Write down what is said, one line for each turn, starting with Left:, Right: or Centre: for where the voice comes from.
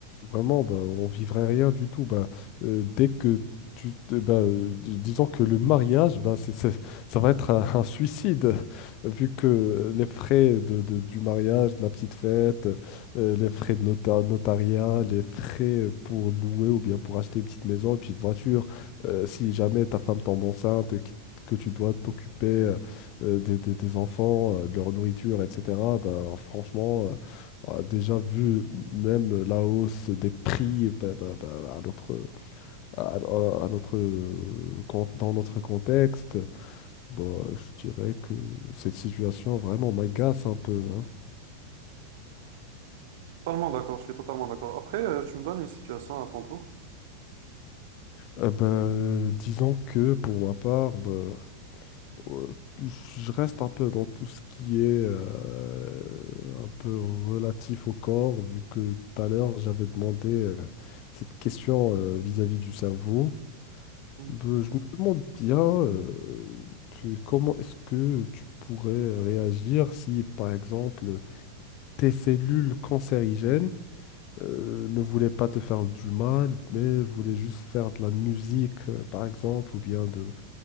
Left: Vraiment, bah, on vivrait rien du tout. Bah, euh, dès que tu, te- bah, euh, d- disons que le mariage, bah, c'est, c'est- ça va être un, un suicide, <laughs> vu que les frais de, de- du mariage, de la petite fête, euh, les frais de nota- notariat, les frais pour louer ou bien pour acheter une petite maison, une petite voiture, euh, si jamais ta femme tombe enceinte, qui- que tu dois t'occuper euh, des, des- des enfants, euh, de leur nourriture, etc. Bah, franchement. euh, a déjà vu même la hausse des prix bah, bah, bah, bah, à notre, à, à- à notre, euh, con- dans notre contexte, bah, je dirais que cette situation vraiment m'agace un peu. hein.
Right: Totalement d'accord, je suis totalement d'accord. Après, euh, tu me donnes une situation à ton tour.
Left: Euh, ben, disons que pour ma part, ben, euh, je reste un peu dans tout ce qui est euh, un peu relatif au corps, vu que tout à l'heure j'avais demandé euh, cette question euh, vis-à-vis du cerveau.
Right: Mhm.
Left: Ben, je me demande bien euh, que- comment est-ce que tu pourrais réagir si, par exemple, tes cellules cancérigènes euh, ne voulaient pas te faire du mal, mais voulaient juste faire de la musique, euh, par exemple, ou bien de,